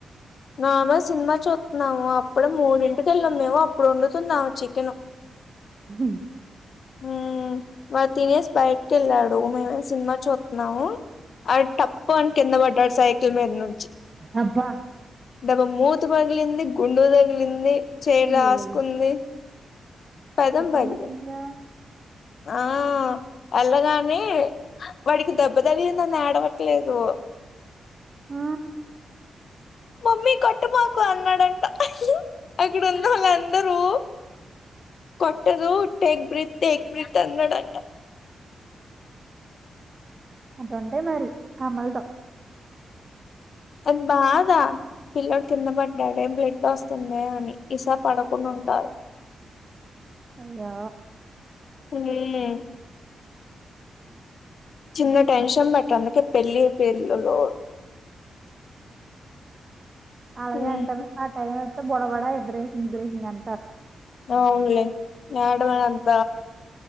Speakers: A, on the left; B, on the right.
A: నార్మల్ సినిమా చూస్తున్నాము అప్పుడే మూడింటికి వెళ్ళాము అప్పుడు వండుతున్నాం చికెన్
B: హ
A: ఉ మరి తినేసి బయటకి వెళ్ళాడు మేమే సినిమా చూస్తున్నాము అ టప్ప అం కింద పడ్డాడు సైకిల్ మీద నుండి
B: అబ్బా
A: దెబ్బ మూతి పగిలింది గుండు తగిలింది చయ్
B: అయ్యయ్యో
A: రాసుకుంది పెదం
B: గట్టిగానే
A: పగిలింది
B: తగిలిందా
A: ఆ ఎల్లగానే వాడికి దెబ్బ తగిలింది అని ఏడవట్లేదు
B: ఆ
A: మమ్మీ కొట్టమాకు అన్నాడంట అక్కడ ఉన్నొల్లందరు కొట్టదు టెక్ బ్రిత్ టెక్ బ్రిత్ అన్నాడట
B: అట్టుంటాయి మరి కమ్మలతో
A: ఎం బాగా పిల్లాడు కింద పడ్డాడే బ్లెడ్ వస్తుందే అని ఈసారి పడకుండా ఉంటారు
B: అయ్యో
A: హ్ చిన్న టెన్షన్ బట్ట అందుకే పెళ్ళి పేళ్లలో
B: అలాగే
A: ఉమ్,
B: అంటరు ఆ టైం ఓతే బొడవడా ఎద్దరేసింది ఇదురేసింది అంటారు
A: అవున్లే ఎడ మ అంత